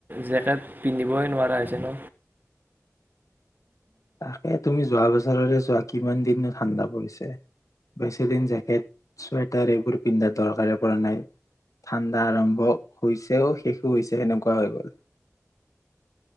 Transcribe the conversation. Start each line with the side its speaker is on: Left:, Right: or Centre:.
Right: জেকেট পিন্ধিবই নোৱাৰো পাইছে নে
Left: তাকে তুমি যোৱা বছৰৰে যোৱা কিমান দিন ঠাণ্ডা পৰিছে বেছিদিন জেকেট চুৱেটাৰ এইবোৰ পিন্ধাৰ দৰকাৰে পৰা নাই ঠাণ্ডা আৰম্ভ হৈছেও শেষো হৈছে সেনেকুৱা হৈ গল